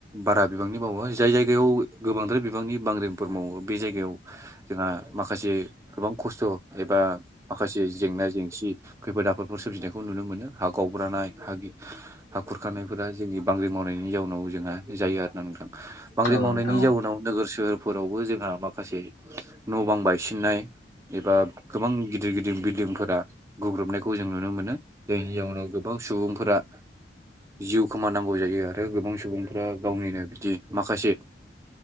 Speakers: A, on the right; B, on the left.
A: बारा बिबांनि बावो जाय जायगायाव गोबांद्राय बिबांनि बांग्रिंफोर मावो बे जायगायाव जोंहा माखासे गोबां खस्थ' एबा माखासे जेंना जेंसि खैफोद आफोदफोर सोरोमजिनायखौ नुनो मोनो हा गावब्रानाय हा हाखुर खानायफोरा जोंनि बांग्रि मावनायनि जाउनाव जोंहा जायो आरो ना नथां बांग्रि
B: औ
A: मावनायनि
B: नोंथां औ
A: जाउनाव नोगोर सोहोरफोरावबो जोंहा माखासे न' बां बायसिननाय एबा गोबां गिदिर गिदिर बिल्डिंफोरा गुग्रुबनायखौ जों नुनो मोनो जायनि जाउनाव गोबां सुबुंफोरा जिउ खोमानांगौ जायो आरो गोबां सुबुंफोरा गावनिनो बिदि माखासे